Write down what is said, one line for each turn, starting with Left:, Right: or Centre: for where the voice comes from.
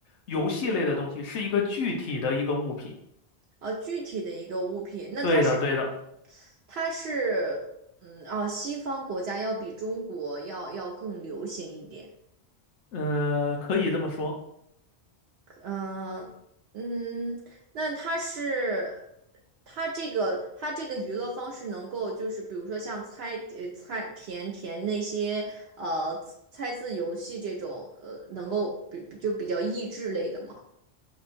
Left: 游戏类的东西，是一个具体的一个物品。
Right: 啊，具体的一个物品，那它是
Left: 对的，对的，
Right: 它是嗯哦，西方国家要比中国要要更流行一点。
Left: 呃，可以这么说。
Right: 嗯嗯，那它是它这个它这个娱乐方式能够就是比如说像猜呃猜填填那些呃猜字游戏这种呃能够比就比较益智类的吗？